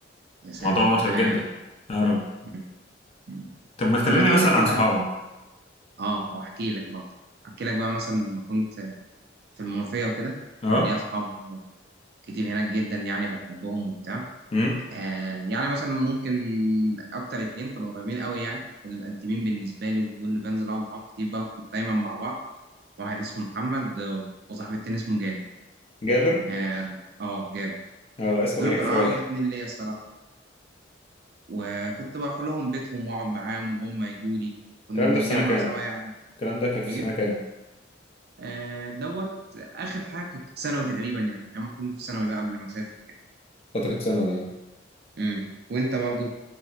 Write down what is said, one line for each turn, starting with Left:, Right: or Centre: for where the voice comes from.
Right: يا ساتر
Left: موضوع متعب
Right: ربنا
Left: جدا
Right: يعين
Left: يا رب
Right: م- م.
Left: طب ما تكلمني
Right: طب ما تقول
Left: مثلا
Right: لي كده
Left: عن صحابك
Right: اه او احكي لك بقى احكي لك بقى مثلا لما كنت في المنوفيه وكده
Left: اه
Right: كان ليا اصحاب كتير هناك جدا يعني بحبهم وبتاع
Left: امم
Right: آه يعني مثلا ممكن اكتر اتنين كانوا قريبين قوي يعني كانوا الانتيمين بالنسبه لي ودول اللي بنزل اقعد معاهم كتير بقى كنا دايما مع بعض واحد اسمه محمد آه، وصاحبي التاني اسمه جاب
Left: جابر
Right: اه آه، جاب
Left: اه اسم
Right: دول
Left: غريب
Right: كانوا
Left: شوية
Right: اقرب اتنين ليا الصراحه وكنت بروح لهم بيتهم واقعد معاهم وهم يجوا لي كنا
Left: الكلام
Right: بنتجمع
Left: ده في سنة كام؟
Right: سوا يعني
Left: الكلام ده كان في
Right: ايه
Left: سنة كام؟
Right: آه، دوت اخر حاجه كانت في ثانوي تقريبا يعني لما كنت في ثانوي بقى قبل ما اسافر كده
Left: فترة ثانوي اه
Right: امم وانت برضه